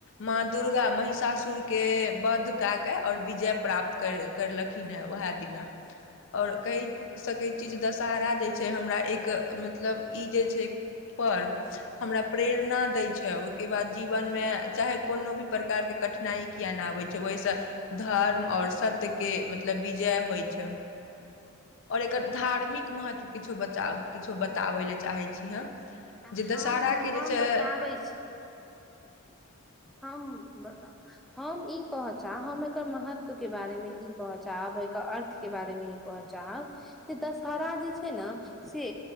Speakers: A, on the left (about 60°); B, in the centre.
A: माँ दुर्गा महिषासुर के वध क के और विजय प्राप्त करलखिन हे उहे दिन ओर कहि सकै छीय जे दशरा जे छैय हमरा एक मतलब ई जे छैय पर्व हमरा प्रेरणा दै छैय ओहिके बाद जीवनमे चाहे कोनो भी प्रकारके कठिनाई किए नहि आबै छैय ओहिसे धर्म और सत्यके मतलब विजय होई छैय ओर एकर धार्मिक महत्व किछो बता किछो बताबय लेलए चाहै छी हम
B: हँ
A: जे दशहराके
B: हँ हम
A: जे छैय
B: बताबै छी हम बताउ हम ई कह महत्व के बारे मे ई कहचाब एकर अर्थ के बारे मे ई कहचाहब जे दशहरा जे छैय ने से